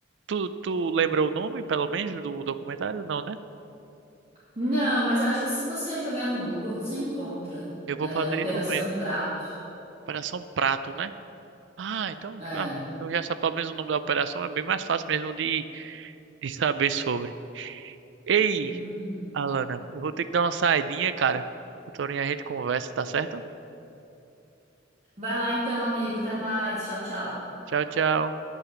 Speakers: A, on the right; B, on the right.
A: Tu, tu lembra o nome, pelo menos, do documentário? Não, né?
B: Não, mas acho que se você jogar no Google, você encontra.
A: Eu vou
B: É,
A: fazer
B: Operação
A: isso mesmo.
B: Prato.
A: Operação Prato, né? Ah, então,
B: É.
A: ah, então já sabe pelo menos o nome da operação, é bem mais fácil mesmo de, de saber sobre. Ei,
B: Uhum.
A: Alana, eu vou ter que dar uma saidinha, cara. Doutorinha, a gente conversa, tá certo?
B: Vai lá então, amigo. Até mais. Tchau, tchau.
A: Tchau, tchau.